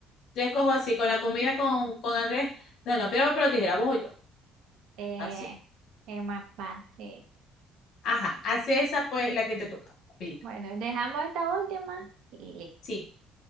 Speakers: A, on the left (about 60°); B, on the right (about 75°).
A: Yo escojo así, con la comida con, con Andrés. No, no, piedra, papel o tijera, vos o yo.
B: Eh,
A: Así.
B: es más fácil.
A: Ajá, hace esa pues la que te toca. rapidito.
B: Bueno, dejamos esta última y listo.
A: Sí.